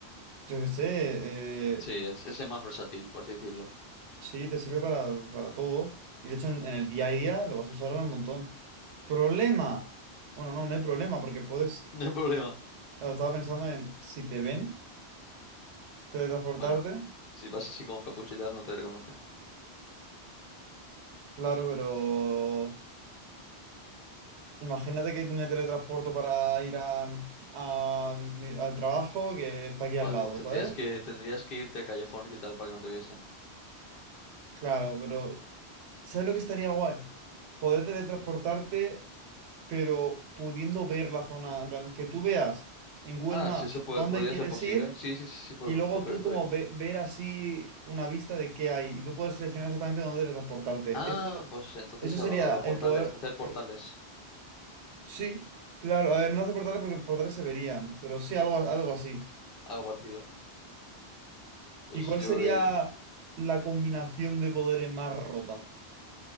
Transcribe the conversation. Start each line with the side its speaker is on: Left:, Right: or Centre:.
Right: yo qué sé, eh,
Left: Sí, es, es el más versátil, por así decirlo. <laughs>
Right: sí, te sirve para, para todo. Y de hecho en, en el día a día lo vas a usar un montón. Problema. Bueno, no, no hay problema porque puedes...
Left: No hay problema.
Right: Claro, estaba pensando en si te ven teletransportarte.
Left: Bueno, si vas así con capucha y tal, no te reconocen.
Right: Claro, pero... Imagínate que me teletransporto para ir a, a mi- al trabajo que está aquí al
Left: Vale,
Right: lado,
Left: pues tendrías
Right: ¿sabes?
Left: que, tendrías que irte a callejones y tal para que no te viesen.
Right: Claro, pero ¿sabes lo que estaría guay? Poder teletransportarte, pero pudiendo ver la zona, en plan, que tú veas en Google
Left: Ah,
Right: Maps
Left: sí, eso
Right: dónde
Left: puede- podría
Right: quieres
Left: ser posible.
Right: ir
Left: Sí, sí, sí, sí, puede,
Right: y luego
Left: pues, puede-
Right: tú
Left: puede.
Right: como ve- ver así una vista de qué hay y tú puedes seleccionar exactamente dónde teletransportarte.
Left: Ah,
Right: Eso,
Left: pues entonces
Right: eso sería
Left: a, lo- a los portales,
Right: el poder...
Left: hacer portales,
Right: eh, sí, claro, a ver, no hace portales porque portales se verían, pero sí algo, algo así.
Left: algo parecido. Pues
Right: ¿Y cuál
Left: yo
Right: sería
Left: creo que,
Right: la combinación de poderes más rota?